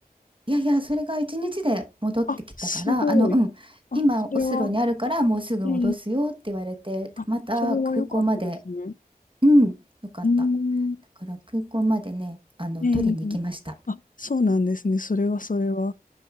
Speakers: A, on the right; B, on the left.
A: いやいや、それが一日で戻ってきたから、
B: あ、すごい。
A: あの、うん、
B: あ、
A: 今、
B: それは、
A: オスロにあるから、もうすぐ戻すよって言われて、
B: ええあ、
A: また空港まで、
B: それは良かったですね。
A: うん、よかった。
B: うーん、
A: だから空港までね、あの、
B: ええ
A: 取りに行きました。
B: あ、そうなんですね。それはそれは。